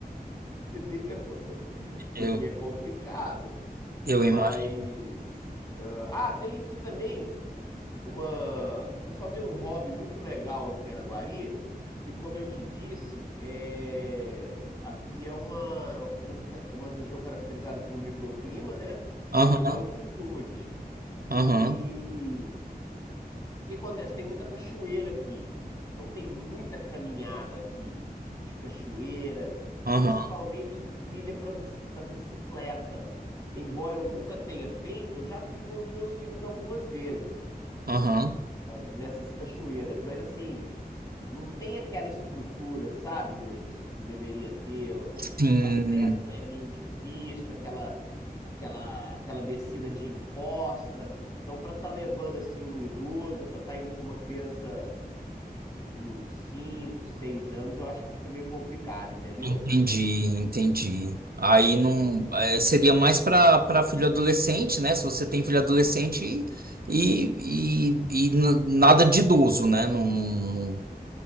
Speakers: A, on the left; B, on the right.
A: entendeu? Porque
B: eu,
A: é complicado.
B: eu
A: Mas.
B: imagino.
A: Ah, tem aqui também uma. O pessoal tem um hobby muito legal aqui em Araguari, que, como eu te disse, é... aqui é uma... uma região caracterizada por um microclima, né?
B: Aham,
A: Devido à altitude.
B: aham,
A: E o que acontece? Tem muita cachoeira aqui. Então, tem muita caminhada aqui de cachoeira,
B: aham,
A: principalmente trilha para bicicleta. Embora eu nunca tenha feito, eu já fui com os meus filhos algumas vezes
B: aham.
A: nessas cachoeiras, mas assim, não tem aquela estrutura, sabe, Gleison, que deveria ter. O,
B: Sim.
A: o acesso é meio difícil, aquela, aquela, aquela descida de encosta. Então, para estar levando assim um idoso, para estar indo com uma criança com 5, 6 anos, eu acho que fica meio complicado, entendeu?
B: Entendi, entendi. Aí não é, seria mais para para filho adolescente, né? Se você tem filho adolescente e, e, e n- nada de idoso, né? Não, não- não-